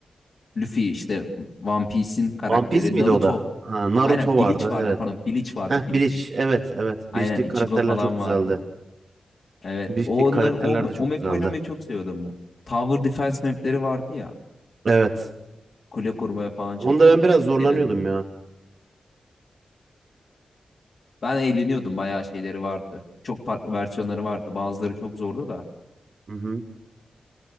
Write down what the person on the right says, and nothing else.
One Piece miydi
o da? Ha, Naruto
vardı
evet.
Heh,
Bleach evet evet. Bleach'teki
karakterler
çok güzeldi.
Bleach'teki
karakterler
de çok
güzeldi.
Evet.
Onda
ben biraz
zorlanıyordum
ya.
Hı hı.